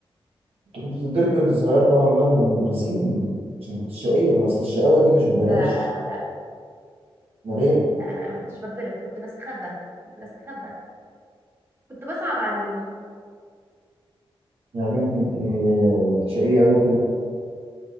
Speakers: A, on the right (about 85°); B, on the right (about 25°).
A: أنت كنت
B: <laughs>
A: بتتضربي وأنت صغيرة طبعا بقى من المدرسين عشان كنت شقية ما أصل الشقاوة دي مش ببلاش
B: لا لا
A: أمال إيه
B: لا لا انا ما كنتش بتضرب كنت بستخبى كنت بستخبى كنت بصعب عليهم
A: يا بنتي أنت شقية أوي كده